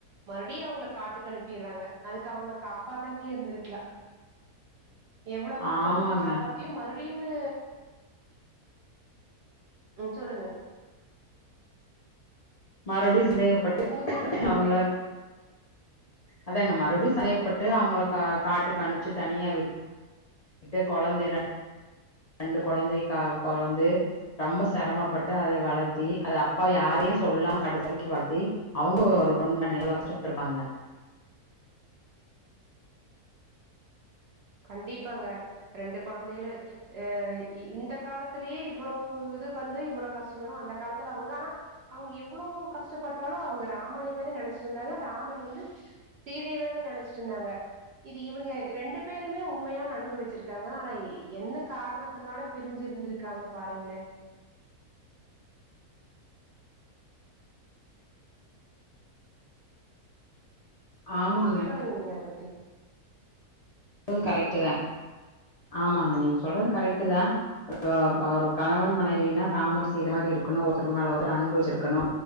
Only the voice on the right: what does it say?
மறுபடியு அவ்ங்ள காட்டுக்கனுப்பிறாங்க அதுக்கவுங்கள காப்பாத்தாமயே இருந்திருக்லா
எவ்ளோ கஷ்டப்பட்டு
காப்பாத் மறுடியுமு அஹ் சொல்லுங்க
உங்க கருத்து என்னங்க
கண்டிப்பாங்க ரெண்டு குழந்தைகள அஹ் இந்த காலத்லயே இவ்ளோ இது வந்து இவ்ளோ கஷ்டப்பட்றோ அந்த காலத்துல அவுங்க ஆனா அவுங்க எவ்ளோ கஷ்டப்பட்டாலு அவுங்க ராமனேவாது நினைச்சிட்ருந்தாங்க ராமர் வந்து சீதயேவாது நினைச்ட்டுருந்தாங்க இது இவுங்க ரெண்டு
உண்மையான அன்பு வச்சிருக்காங்க ஆனா என்ன காரணத்தினால பிரிஞ்சு இருந்திருக்காங்க பாருங்ளே
சொல்லுங்க நீங்க அத பத்தி